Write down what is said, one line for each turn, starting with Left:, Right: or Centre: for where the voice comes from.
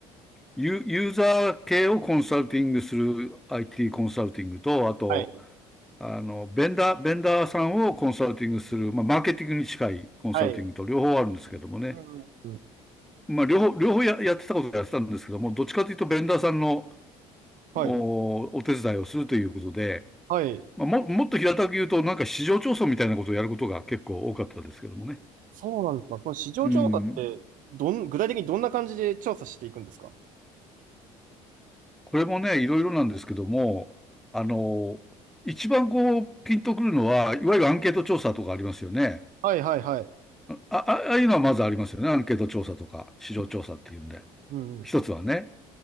Centre: ユ、ユーザー系をコンサルティングする IT コンサルティングと、あと、
Right: はい。
Centre: あの、ベンダー、ベンダーさんをコンサルティングする、まあ、マーケティングに近いコンサルティングと両方あるんですけどもね。
Right: はい。うんうん。
Centre: まあ、両方、両方や、やってたことをやってたんですけども、どっちかというと、ベンダーさんの
Right: はい。
Centre: お、お手伝いをするということで、
Right: はい。
Centre: まあ、も、もっと平たく言うと、なんか市場調査みたいなことをやることが結構多かったですけどもね。
Right: そうなんですか。この市場調査って、
Centre: うん。
Right: どん、具体的にどんな感じで調査していくんですか
Centre: これもね、いろいろなんですけども、あの、一番こう、ピンとくるのは、いわゆるアンケート調査とかありますよね。
Right: はいはいはい。
Centre: あ、あああいうのはまずありますよね。アンケート調査とか、市場調査っていうんで。
Right: うん。うんうん。
Centre: 一つはね。